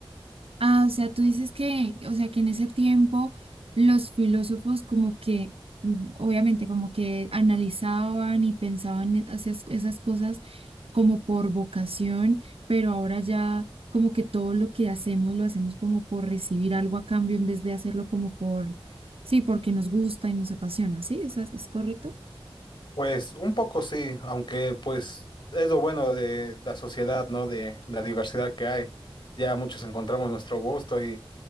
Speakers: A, on the right; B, on the left.
A: Ah, o sea, tú dices que, o sea, que en ese tiempo los filósofos como que, mm, obviamente, como que analizaban y pensaban esas, esas cosas como por vocación, pero ahora ya como que todo lo que hacemos lo hacemos como por recibir algo a cambio en vez de hacerlo como por, sí, porque nos gusta y nos apasiona, ¿sí? ¿Eso es, es correcto?
B: Pues un poco sí, aunque pues es lo bueno de la sociedad, ¿no? De la diversidad que hay. Ya muchos encontramos nuestro gusto y